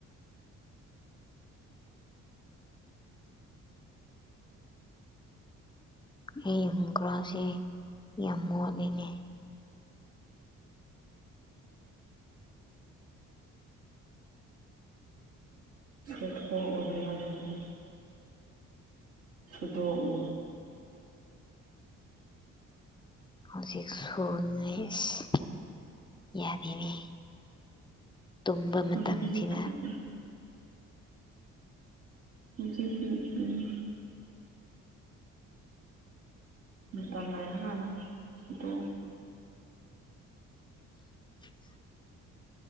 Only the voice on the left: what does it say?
ꯑꯩ ꯌꯨꯝꯒ꯭ꯔꯥꯁꯦ ꯌꯥꯝ ꯃꯣꯠꯂꯤꯅꯦ
ꯍꯧꯖꯤꯛ ꯁꯨꯅꯦꯁ ꯌꯥꯗꯦꯅꯦ ꯇꯨꯝꯕ ꯃꯇꯝꯁꯤꯗ
<unintelligible>